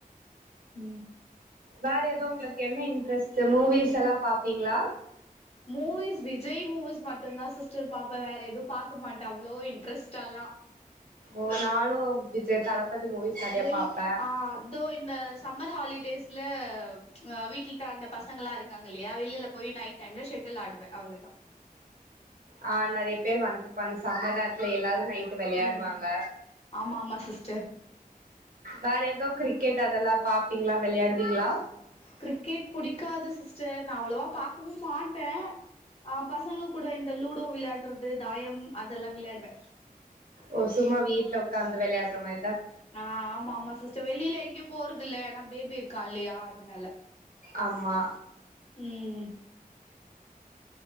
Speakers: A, on the left; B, on the right.
A: ம்
B: வேற எது உங்களுக்கு என்ன இன்ட்ரெஸ்ட் மூவிஸ் எல்லா பாப்பீங்க்ளா
A: மூவிஸ் விஜய் மூவிஸ் மட்டுதா சிஸ்டர் பாப்பே வேற எது பாக்க மாட்டே அவ்ளோ இன்ட்ரெஸ்டாலா
B: ஓ நானு விஜய் தளபதி மூவிஸ் நெறைய
A: வெள்
B: பாப்பே
A: ஆ தோ இந்த சம்மர் ஹாலிடேஸ்ல ஆ வீட்லிட்ட அந்த பசங்களா இருங்காங்க இல்லையா வெளியில போய் நைட் டைம்ல ஷெட்டில் ஆடுவே அவ்ளோதா
B: ஆ நெறையப் பேர் வந்திருப்பாங்க சம்மர் நேரத்துல எல்லாரு நைட்டு் வெளையாடுவாங்க
A: ம் ஆமா ஆமா சிஸ்டர்
B: வேற எதோ கிரிக்கெட் அதெல்லா பாப்பீங்ளா வெளையாடுவீங்ளா
A: கிரிக்கெட் புடிக்காது சிஸ்டர் நா அவ்ளவா பாக்கவு மாட்டே ஆ பசங்க கூட இந்த லூடோ விளையாடுறது தாயம் அதெல்லா விளாடுவே
B: ஒ சும்மா வீட்ல உ க்காந்து வெளையாடுற மாரி
A: ஆ ஆமா ஆமா சிஸ்டர் வெளியில எங்கேயு போறதுல்ல ஏன்னா பேபி இருக்கா இல்லையா அதுனால
B: ஆமா
A: ம்